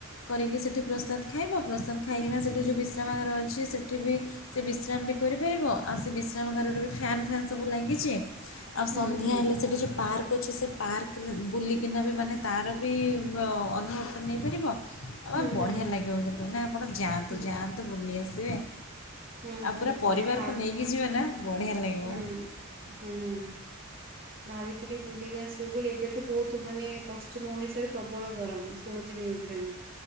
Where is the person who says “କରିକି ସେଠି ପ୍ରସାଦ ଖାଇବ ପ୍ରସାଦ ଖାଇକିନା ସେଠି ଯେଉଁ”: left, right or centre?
Left